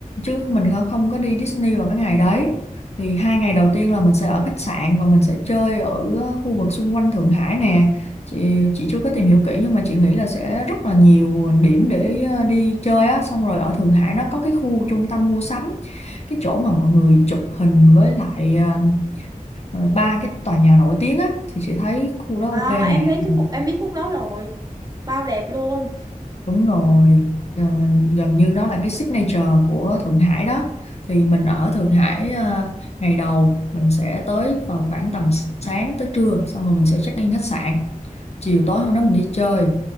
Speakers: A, on the left; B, on the right.
A: chứ mình không có đi Disney vào cái ngày đấy thì hai ngày đầu tiên là mình sẽ ở khách sạn và mình sẽ chơi ở ờ, khu vực xung quanh Thượng Hải nè chị chị chưa có tìm hiểu kỹ nhưng mà chị nghĩ là sẽ rất là nhiều điểm để ờ, đi chơi á xong rồi ở Thượng Hải nó có cái khu trung tâm mua sắm cái chỗ mà mọi người chụp hình với lại ờ, ờ, ba cái tòa nhà nổi tiếng á thì chị thấy khu đó
B: À,
A: ok nè
B: em thấy
A: Thì
B: cái khúc em biết khúc đó rồi, bao đẹp luôn.
A: Đúng rồi, ờ, gần như nó là cái signature của Thượng Hải đó. Thì mình ở Thượng Hải ờ, ngày đầu mình sẽ tới vào khoảng tầm sáng tới trưa, xong rồi mình sẽ check in khách sạn. Chiều tối hôm đó mình đi chơi,